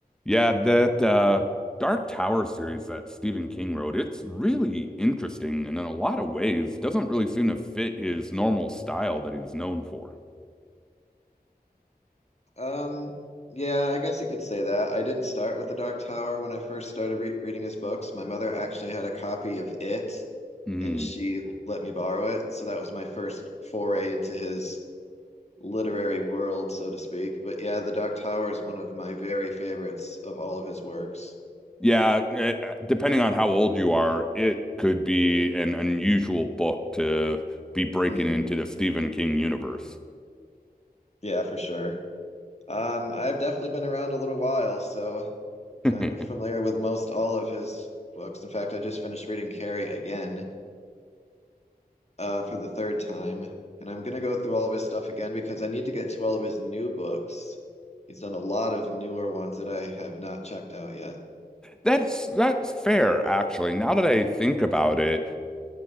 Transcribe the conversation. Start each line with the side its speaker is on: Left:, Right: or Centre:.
Centre: Yeah, that uh, Dark Tower series that Stephen King wrote, it's really interesting and in a lot of ways doesn't really seem to fit his normal style that he's known for.
Left: Um, yeah, I guess you could say that. I didn't start with The Dark Tower when I first started re reading his books. My mother actually had a copy of it
Centre: Mm.
Left: and she let me borrow it. So that was my first foray into his literary world, so to speak. But yeah, The Dark Tower is one of my very favorites of all of his works.
Centre: Yeah, eh, eh, depending on how old you are, it could be an unusual book to be breaking
Left: hmm
Centre: into the Stephen King universe.
Left: Yeah, for sure. Um, I've definitely been around a little while, so
Centre: <laughs>
Left: I'm familiar with most all of his books. In fact, I just finished reading Carrie again. uh, for the third time, and I'm gonna go through all of his stuff again because I need to get to all of his new books. He's done a lot of newer ones that I have not checked out yet.
Centre: That's that's fair, actually. Now that I think about it,